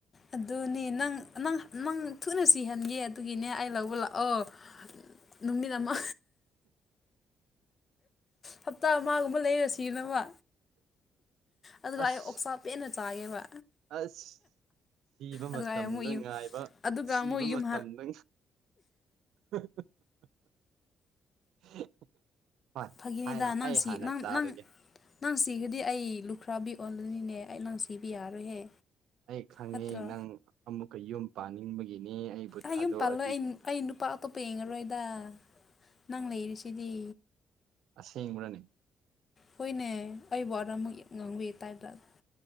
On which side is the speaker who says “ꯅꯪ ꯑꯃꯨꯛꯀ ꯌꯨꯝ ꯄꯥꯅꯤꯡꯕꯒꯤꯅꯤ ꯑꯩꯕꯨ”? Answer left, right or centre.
Right